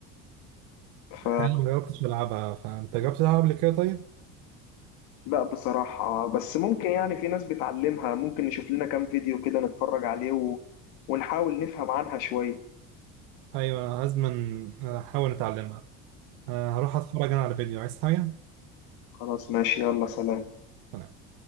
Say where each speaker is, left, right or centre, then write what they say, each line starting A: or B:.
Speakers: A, on the left; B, on the right.
A: ف
B: أنا ما جربتش ألعبها فأنت جربت تلعب قبل كده طيب؟
A: لا بصراحة بس ممكن يعني في ناس بتعلمها ممكن نشوف لنا كام فيديو كده نتفرج عليه و... ونحاول نفهم عنها شوية
B: أيوة لازما أحاول أتعلمها أه، هروح أتفرج أنا على فيديو عايز حاجة؟
A: خلاص ماشي يلا سلام
B: سلام.